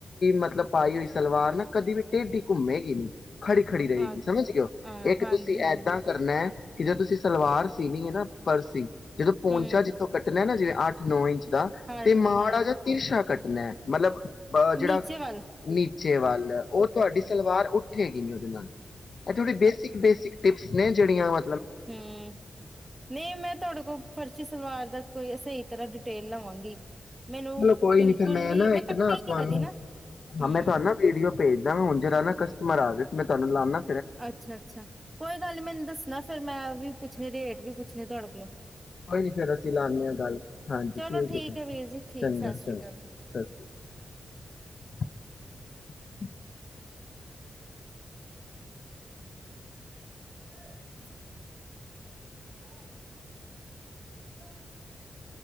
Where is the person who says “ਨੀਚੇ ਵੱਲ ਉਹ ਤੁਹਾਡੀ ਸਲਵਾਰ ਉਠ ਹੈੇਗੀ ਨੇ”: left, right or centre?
Left